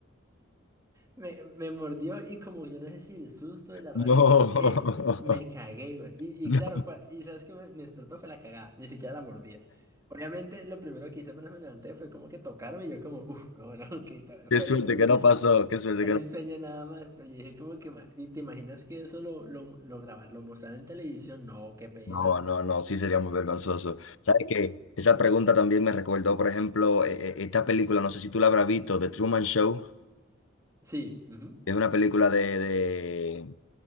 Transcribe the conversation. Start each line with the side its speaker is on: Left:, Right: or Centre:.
Right: Me, me mordió y como yo no sé si el susto de la reacción
Left: no.
Right: o qué, me cagué, weón. Y,
Left: <laughs>
Right: y
Left: No.
Right: claro, cua- y sabes qué me, me despertó fue la cagada, ni siquiera la mordida. Obviamente lo primero que hice apenas me levanté fue como que tocarme y yo como, uff, no, no, <laughs> que ta-
Left: Qué
Right: fue
Left: suerte
Right: en el sueño
Left: que no
Right: nada.
Left: pasó, qué suerte
Right: Fue
Left: que
Right: en
Left: no.
Right: el sueño nada más, pero yo dije como que, ma- ni te imaginas que eso lo, lo, lo grabar, lo mostrar en televisión, no, qué pena.
Left: No, no, no, sí sería muy vergonzoso. ¿Sabes qué? Esa pregunta también me recordó, por ejemplo, e- e- esta película, no sé si tú la habrás visto, The Truman Show.
Right: Sí, ujú,
Left: Es una película de, de-